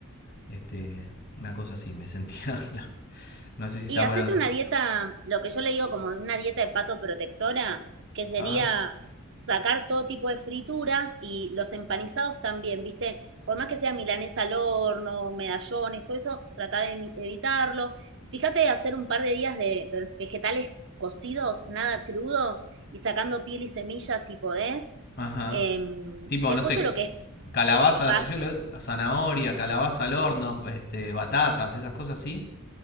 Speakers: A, on the left; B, on the right.
A: Este, una cosa así, me sentía. <laughs> No, no sé si
B: Y
A: está
B: hacete
A: bueno.
B: una dieta, lo que yo le digo como una dieta de pato protectora, que sería
A: Ah,
B: sacar todo tipo de frituras y los empanizados también, ¿viste? Por más que sea milanesa al horno, medallones, todo eso, trata de evitarlo. Fíjate de hacer un par de días de vegetales cocidos, nada crudo, y sacando piel y semillas si podés.
A: ajá.
B: Em,
A: Tipo,
B: después
A: no sé,
B: todo lo que es
A: Calabaza,
B: pastas
A: yo lo- zanahoria, calabaza al horno, este, batatas, esas cosas así.